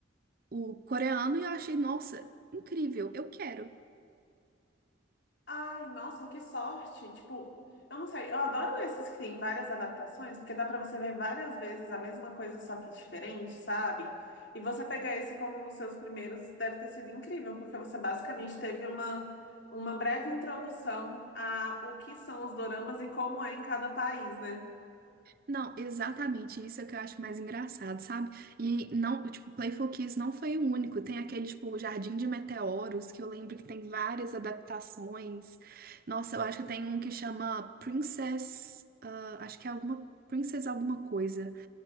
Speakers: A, on the right; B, on the left.
A: o coreano e eu achei, nossa, incrível, eu quero.
B: Ai, nossa, que sorte! Tipo, eu não sei, eu adoro esses que tem várias adaptações, porque dá pra você ver várias vezes a mesma coisa, só que diferente, sabe? E você pegar esse como um dos seus primeiros deve ter sido incrível, porque você basicamente teve uma, uma breve introdução a o que são os doramas e como é em cada país, né?
A: Não, exatamente isso é que eu acho mais engraçado, sabe? E não, tipo, Playful Kiss não foi o único. Tem aquele, tipo, o Jardim de Meteoros, que eu lembro que tem várias adaptações. Nossa, eu acho que tem um que chama Princess, ah, acho que é alguma Princess alguma coisa.